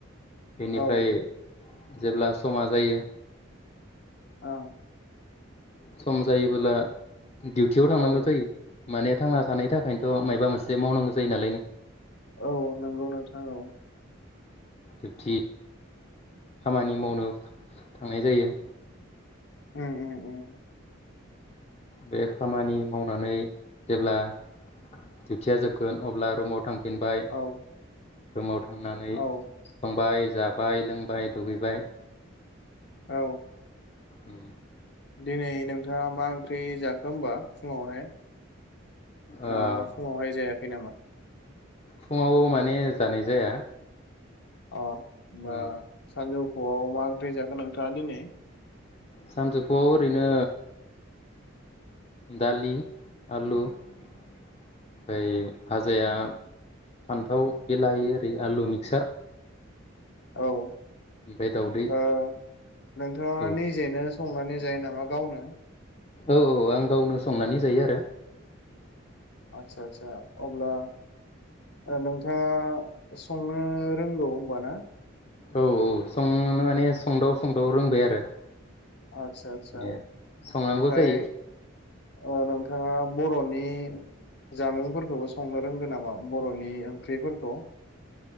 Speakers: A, on the left (about 30°); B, on the left (about 55°).
A: बेनिफ्राय
B: औ
A: जेब्ला समा जायो
B: औ
A: सम जायोबोला दिउटियाव थांनांगौ
B: औ
A: जायो माने थांना थानायनि थाखायनोथ' मायाबा मोनसे मावनांगौ जायो नालाय नों
B: औ नंगौ नोंथां औ
A: दिउटी खामानि मावनो थांनाय जायो
B: उ उ उ
A: बे खामानि मावनानै जेब्ला डिउथिया जोबगोन अब्ला रुमाव थां फिनबाय
B: औ
A: रुमाव थांनानै
B: औ
A: थांबाय जाबाय लोंबाय दुगैबाय
B: औ
A: उ
B: दिनै नोंथाङा मा ओंख्रि जाखो होनबा फुङावहाय
A: ओ
B: ना फुङावहाय जाया फ नामा
A: फुङाव माने जानाय जाया
B: अ मा
A: ओ
B: सानजौ ग'आव मा ओंख्रि जाखो नोंथाङा दिनै
A: सानजौफुआव ओरैनो दालि आलु ओमफ्राय भाजाया फान्थाव बेलाहि ओरै आलु मिक्सार
B: औ
A: ओमफ्राय दाउदै
B: ओ नोंथाङा
A: औ
B: निजेनो संनानै जायो नामा गावनो
A: औ औ आं गावनो संनानै जायो आरो
B: आदसा आदसा अब्ला नोंथाङा संनो रोंगौ होनबा ना।
A: औ औ संनो माने संदाव संदाव रोंबाय आरो।
B: आतसा आतसा
A: ए संनांगौ
B: ओमफ्राय
A: जायो
B: ओ नोंथ थाङा बर'नि जामुंफोरखौबो संनो रोंगौ नामा बर'नि ओंख्रिफोरखौ?